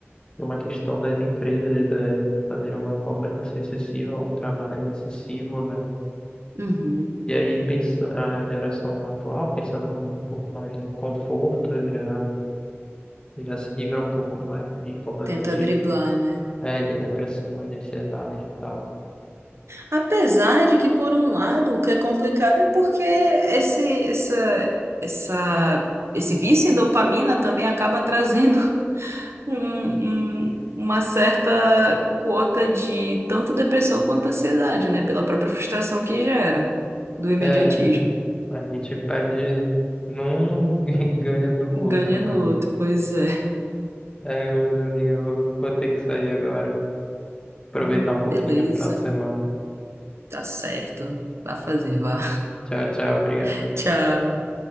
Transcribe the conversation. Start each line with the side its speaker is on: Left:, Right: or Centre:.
Left: por uma questão das empresas é, fazerem uma cobrança excessiva, um trabalho excessivo, né?
Right: Uhum.
Left: E aí pensa, a geração atual, pensando um pouco mais no conforto, já, já se livra um pouco mais de problemas
Right: Tenta
Left: de,
Right: driblar, né?
Left: é, de depressão e ansiedade e tal.
Right: Apesar de que, por um lado, o que é complicado é porque esse, essa, essa, esse vício em dopamina também acaba trazendo <laughs> um- um- uma certa quota de tanto depressão quanto ansiedade, né? Pela própria frustração que gera do imediatismo.
Left: É, a gente perde num <laughs> e ganha do
Right: Um
Left: outro,
Right: Ganha
Left: né?
Right: no outro, pois é.
Left: É, meus amigos, eu vou, vou ter que sair agora. Aproveitar
Right: Hum,
Left: um pouquinho
Right: Beleza,
Left: o final de semana.
Right: tá certo. Vá fazer, vá.
Left: Tchau, tchau, obrigado.
Right: <laughs> Tchau.